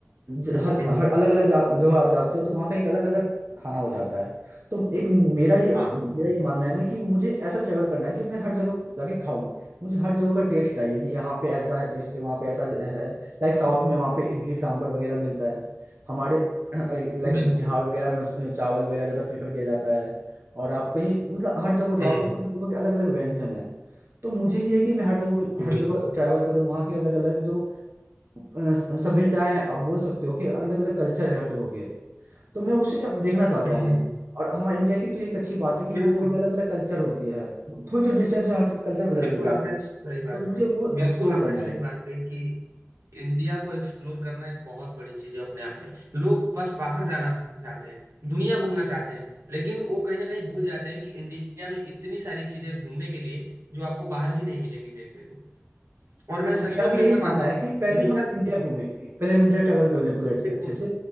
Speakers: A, on the right; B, on the right.
A: ज- हर
B: हम्म
A: हर अलग अलग जा, जगह जाते हो तो वहां का एक अलग अलग खाना हो जाता है तो एक मेरा ये
B: हाँ
A: मेरा ये मानना है ना कि मुझे ऐसा ट्रैवल करना है कि मैं हर जगह जाके खाऊं मुझे हर जगह का टेस्ट चाहिए कि यहाँ पे ऐसा है टेस्ट है वहाँ पे ऐसा है लाइक साउथ में वहाँ पे इडली सांभर वगैरह मिलता है हमारे लाइक
B: बिल्कुल
A: बिहार वगैरह में उस- चावल वगैरह ज्यादा प्रेफर किया जाता है और आप कहीं मतलब हर जगह
B: हम्म
A: जाओगे तो हर जगह के अलग अलग व्यंजन है तो मुझे ये है कि मैं हर जगह को- हर
B: बिल्कुल
A: जगह ट्रैवल करूँ वहाँ के अलग अलग जो अ, सभ्यताएं हैं आप बोल सकते हो कि अलग अलग कल्चर है हर जगह के तो मैं उसे देखना चाहता
B: हम्म
A: हूँ
B: हम्म,
A: और हमारे इंडिया की तो एक अच्छी बात है कि
B: बिल्कुल
A: हर जगह की अलग अलग कल्चर होती है थोड़ी थोड़ी डिस्टेंस में हर कल्चर बदल
B: बिल्कुल
A: जाती
B: आपने
A: है
B: सही बात
A: तो मुझे
B: कही
A: वो
B: बिल्कुल
A: एक्सप्लोर
B: आपने
A: करना है
B: सही बात कही कि इंडिया को एक्सप्लोर करना एक बहुत बड़ी चीज है अपने आप में लोग बस बाहर जाना चाहते हैं दुनिया घूमना चाहते हैं लेकिन वो कहीं ना कहीं भूल जाते हैं कि इंडिया में इतनी सारी चीजें घूमने के लिए जो आपको बाहर भी नहीं मिलेंगी देखने को और मैं
A: हम
B: सच
A: मेरा
B: में
A: भी
B: प्रेफर
A: यही मानना
B: करता
A: है
B: हूँ
A: कि पहले
B: दुनिया
A: हम इंडिया घूमें पहले हम इंडिया ट्रैवल कर ले पूरे अच्छे
B: बिल्कुल
A: अच्छे से